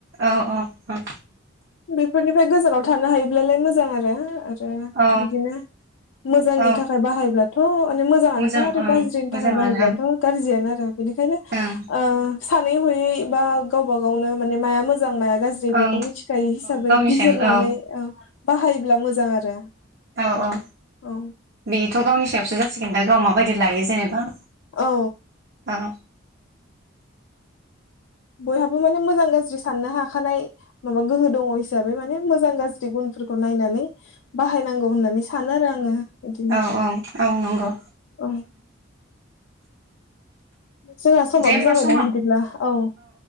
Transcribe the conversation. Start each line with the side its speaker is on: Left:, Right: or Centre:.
Right: औ औ औ
Left: बेफोरनिफ्राय गोजानाव थानो हायोब्लालाय मोजां आरो ओमफ्राय
Right: औ
Left: बिदिनो मोजांनि
Right: औ
Left: थाखाय बाहायब्ला थ माने मोजाङानोखा
Right: मोजां
Left: आरो
Right: ओं
Left: गाज्रिनि
Right: मोजाङानो
Left: थाखाय बाहायब्लाथ' गाज्रियानो आरो बेखायनो
Right: ओं
Left: सानै हयै बा गावबा गावनो माने माया मोजां माया गाज्रि बेखौ
Right: ओं
Left: मिथिखायो हिसाबै
Right: औ गावनि
Left: बिजिरनानै
Right: सायाव
Left: बाहायोब्ला मोजां आरो
Right: औ औ
Left: औ
Right: बेथ' गावनि सायावसो जासिगोन दा गाव माबायदि लायो जेनेबा
Left: औ
Right: औ
Left: बयहाबो माने मोजां गाज्रि साननो हाखानाय माबा गोहो दङ हिसाबै माने मोजां गाज्रि गुनफोरखौ नायनानै बाहायनांगौ होननानै सानो आरो आङो बिदिनो
Right: औ औ औ नंगौ
Left: औ जोंहा समाबो
Right: दे होमबा
Left: जाबायदां
Right: समा
Left: बिदिब्ला औ